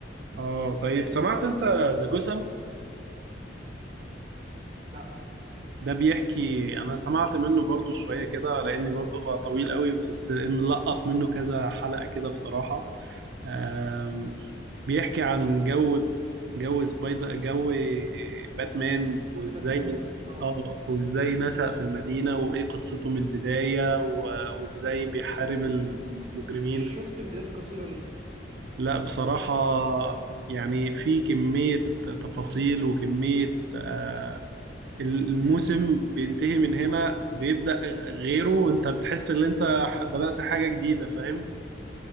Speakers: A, on the right; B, on the right.
A: اه طيب سمعت انت ذا جسم
B: لا
A: ده بيحكي انا سمعت منه برضو شوية كده لاني برضو هو طويل قوي بس ملقط منه كذا حلقة كده بصراحة آم، بيحكي عن جو جو سبايدر جو باتمان وازاي
B: باتمان اه
A: اه وازاي نشأ في المدينة وايه قصته من البداية و- وازاي بيحارب المجرمين
B: شفت فيديوهات قصيره ليه
A: لا بصراحة يعني في كمية تفاصيل وكمية آه، الموسم بينتهي من هنا بيبدأ غيره وانت بتحس ان انت ح- بدأت حاجة جديدة فاهم